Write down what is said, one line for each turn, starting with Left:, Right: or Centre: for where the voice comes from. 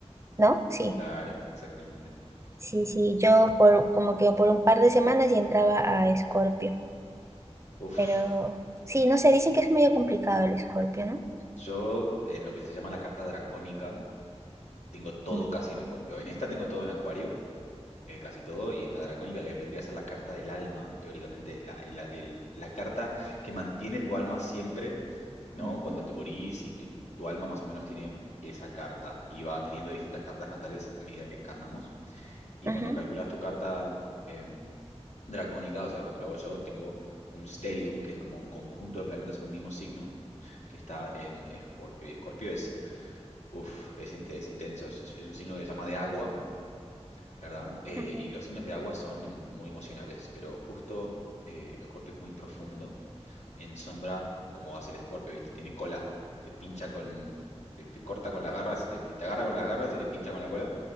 Right: ¿no? Sí.
Left: Claro, exactamente.
Right: Sí, sí. Yo por como que por un par de semanas y entraba a Escorpio.
Left: Uf,
Right: Pero sí, no sé, dicen que es medio complicado el Escorpio, ¿no?
Left: yo en lo que se llama la carta dracónica. Tengo todo
Right: Mm,
Left: casi en Escorpio. En esta tengo todo en Acuario, eh, casi todo, y en la Dracónica, que vendría a ser la carta del alma, teóricamente es la, el- el- la carta que mantiene tu alma siempre, ¿no?
Right: mm,
Left: Cuando te morís, y tu, tu alma más o menos tiene esa carta, y va teniendo distintas cartas natales a medida que encarnamos. Y
Right: ujú,
Left: cuando calculas tu carta em, Dracónica, o sea, cuando lo hago yo, tengo un stellium, que es como un conjunto de planetas en un mismo signo, que está en Escorpio. Y Escorpio es... uff es, inte- es intenso. Es, es un signo que se llama de agua ¿verdad? Eh,
Right: ujú,
Left: y los signos de agua son em- muy emocionales, pero justo eh, Escorpio es muy profundo, en sombra, como hace el Escorpio, ¿viste? Tiene cola, te pincha con, te, te corta con las garras, te, te agarra con las garras y te pincha con la cola,